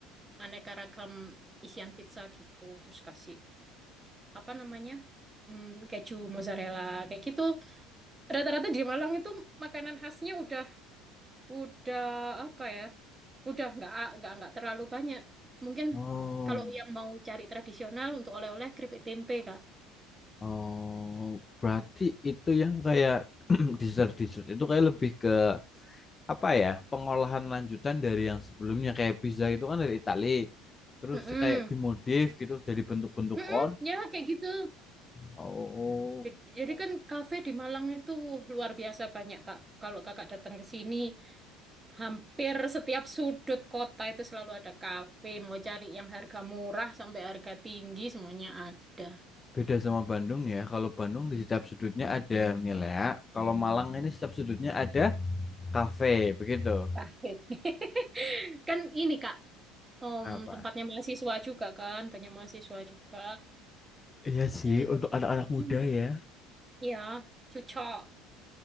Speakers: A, on the right; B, on the left.
A: aneka ragam isian pizza gitu. Terus kasih apa namanya? Hmm, keju mozzarella kayak gitu. Rata-rata di Malang itu makanan khasnya udah udah apa ya? Udah nggak nggak nggak terlalu banyak. Mungkin
B: Oh,
A: kalau yang mau cari tradisional untuk oleh-oleh keripik tempe, Kak.
B: oh, berarti itu yang kayak <clears throat> dessert dessert itu kayak lebih ke apa ya? Pengolahan lanjutan dari yang sebelumnya kayak pizza itu kan dari Itali. Terus
A: Mm-mm.
B: kayak dimodif gitu jadi bentuk-bentuk
A: Mm-mm,
B: kon.
A: ya kayak gitu.
B: Oh,
A: J- Jadi kan kafe di Malang itu luar biasa banyak, Kak. Kalau Kakak datang ke sini, hampir setiap sudut kota itu selalu ada kafe. Mau cari yang harga murah sampai harga tinggi, semuanya ada.
B: Beda sama Bandung ya. Kalau Bandung di setiap sudutnya ada milea. Kalau Malang ini setiap sudutnya ada kafe, begitu.
A: Kafe. <laughs> Kan ini, Kak, em,
B: Apa?
A: tempatnya mahasiswa juga kan, banyak mahasiswa juga.
B: Iya sih,
A: Ya, jadi,
B: untuk anak-anak muda
A: hmm,
B: ya.
A: ya, cocok.